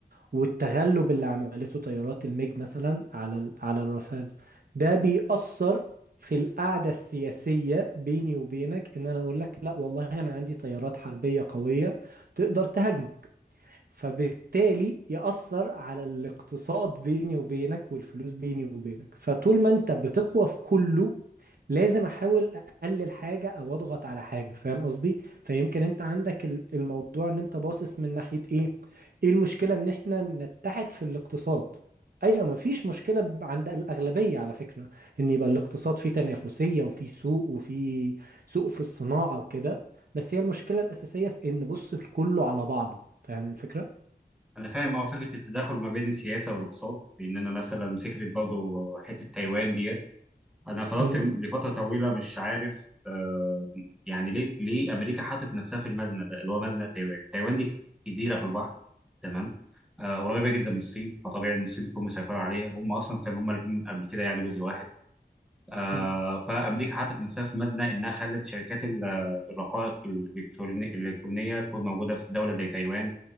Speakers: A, on the right (about 60°); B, in the centre.
A: والتغلب اللي عملته طيارات الميج مثلا على ال- على الرافال ده بيأثر في القعدة السياسية بيني وبينك ان انا اقول لك لا والله انا عندي طيارات حربية قوية تقدر تهاجمك فبالتالي يأثر على الاقتصاد بيني وبينك والفلوس بيني وبينك فطول ما انت بتقوى في كله لازم احاول اقلل حاجة او اضغط على حاجة فاهم قصدي فيمكن انت عندك ال- الموضوع ان انت باصص من ناحية ايه ايه المشكلة ان احنا نتحد في الاقتصاد ايوه مفيش مشكلة ب- عند الاغلبية على فكرة ان يبقى الاقتصاد فيه تنافسية وفيه سوق وفيه سوق في الصناعة وكده بس هي المشكلة الاساسية في ان بص في كله على بعضه فاهم الفكرة
B: انا فاهم اه فكره التداخل ما بين السياسه والاقتصاد لان انا مثلا فكره برضه حته تايوان ديت انا فضلت
A: مم.
B: لفتره طويله مش عارف آه يعني ليه ليه امريكا حطت نفسها في المزنه ده اللي هو مزنه تايوان تايوان دي جزيره في البحر تمام آه قريبه جدا من الصين فطبيعي ان الصين تكون مسيطره عليها هم اصلا كانوا هم الاثنين قبل كده يعني جزء واحد آه
A: مم.
B: فامريكا حطت نفسها في مزنه انها خلت شركات ال- الرقائق الالكترونيه الإلكترونية تكون موجوده في دوله زي تايوان